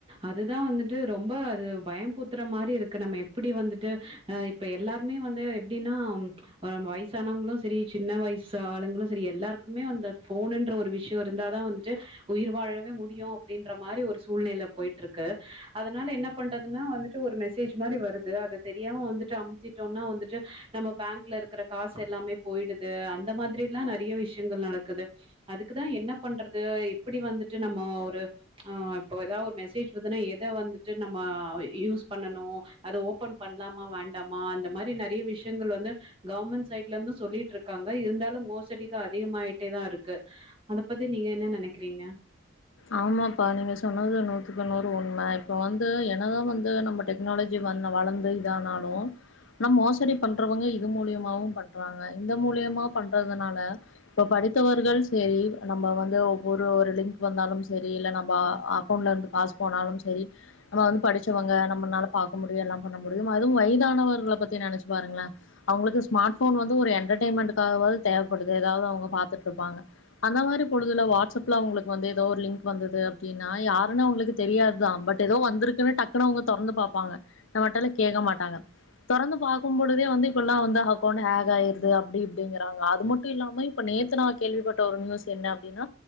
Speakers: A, on the right; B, on the left.
A: அதுதா வந்துட்டு ரொம்ப அது பயம்பூத்துற மாரி இருக்கு நம்ம எப்டி வந்துட்டு அ இப்ப எல்லாருமே வந்து எப்படின்னா வயசானவங்களும் சேரி சின்ன வயசு ஆளுங்களு செரி எல்லாருக்குமே வந்து போனுன்ற ஒரு விஷயோ இருந்தாாதா வந்துட்டு உயிர் வாழவே முடியு அப்டின்ற மாரி ஒரு சூழ்நில போயிட்டு இருக்கு அதனால என்ன பண்றதுன்னா வந்துட்டு ஒரு மெசேஜ் மாரி வருது அத தெரியாம வந் வந்துட்டு அமுத்திட்டோம்னா வந்துட்டு நம்ம பேங்க்ல இருக்குற காசு எல்லாமே போயிடுது அந்த மாதிரி எல்லா நறைய விஷயங்கள் நடக்குது அதுக்கு தான் என்ன பண்றது எப்புடி வந்துட்டு நம்ம ஒரு இப்ப ஏதா ஒரு மெசேஜ் எத வந்துட்டு நம்ம யூஸ் பண்ணனு அது ஓபன் பண்ணலாமா வேண் டாமா அந்த மாரி நறைய விஷயங்கள் வந்து கவர்ரமெண்ட் சைட்ல இருந்து சொல்லிட்டு இருக்காங்க இருந்தாலு மோசடிக அதிகமாயிட்டே தான் இருக்கு அத பத்தி நீங்க என்ன நனைக்கிறீங்க
B: ஆமாப்பா நீங்க சொன்னது நூத்துக்குநூறு உண்ம இப்ப வந்து என்னதா வந்து நம்ம டெக்னாலஜி வ வளர்ந்து இதானாலு ஆனா மோசடி பண்றவங்க இது மூலியமாவு பண்றாங்க இந்த மூலியமா பண்றதுனால இப்ப படித்தவர்கள் செரி நம்ம வந்து ஒவ்வொரு லிங்க் வந்தாலும் சேரி இல்ல நம்ம அக்கௌண்ட்ல இருந்து காசு போனாலு சேரி நம்ம வந்து படிச்சவங்க நம்மனால பார்க்க முடியு எல்லா பண்ண முடியு அதுவு வயதானவர்கள பத்தி நினைச்சு பாருங்களேன் அவங்களுக்கு ஸ்மார்ட் போன் வந்து ஒரு என்டர்டெயன்மெண்ட்டுகாவது தேவப்படுது ஏதாவது அவுங்க பாத்துட்டு இருப்பாங்க அந்த மாரி பொழுதுல வாட்ஸ்அப் ல உங்குளுக் வந்து எதோ ஒரு லிங்க் வந்தது அப்டின்னா யாருன்னு அவுங்களுக்கு தெரியாதுதா பட் எதோ வந்திருக்குன்னு டக்குனு அவுங்க தொறந்து பாப்பாங்க நம்மட்டல கேக்க மாட்டாங்க தொறந்து பாக்கு பொழுதே வந்து இப்பல்லா வந்து அக்கெளண்ட் ஹேக் ஆயிருது அப்டி இப்டிங்கறாங்க அது மட்டு இல்லாம இப்ப நேத்து நா கேள்விப்பட்ட ஒரு நியூஸ் என்ன அப்டின்னா